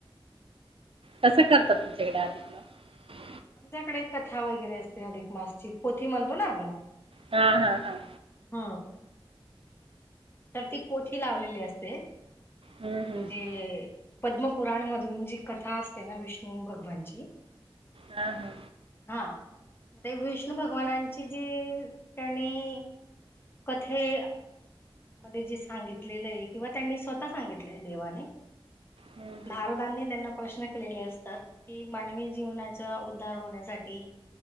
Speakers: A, on the right; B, on the left.
A: कसं करता तुमच्याकडे अधिक मास.
B: आमच्याकडे कथा वगैरे असते अधिक मासची पोथी म्हणतो ना आपण.
A: हा, हा, हा,
B: ह तर ती पोथी लावलेली असते म्हणजे.
A: हम्म हम्म
B: पद्मपुराण मधून जी कथा असते ना विष्णू भगवानची.
A: हा हा.
B: हा ते विष्णू भगवानांची जी त्यांनी कथे मध्ये जे सांगितलेलं आहे किंवा त्यांनी स्वतः सांगितलंय देवाने.
A: हम्म हम्म
B: नारदांनी त्यांना प्रश्न के केलेले असतात की मानवी जीवनाच्या उद्धार होण्यासाठी